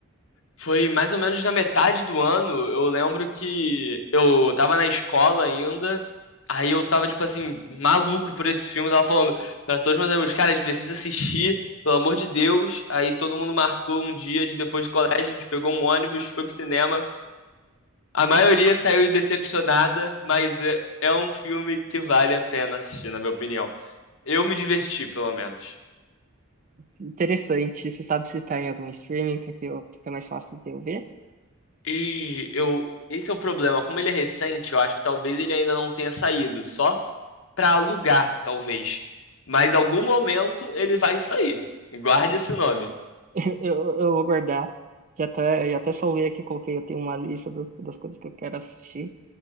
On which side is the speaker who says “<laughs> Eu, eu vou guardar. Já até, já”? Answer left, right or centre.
Right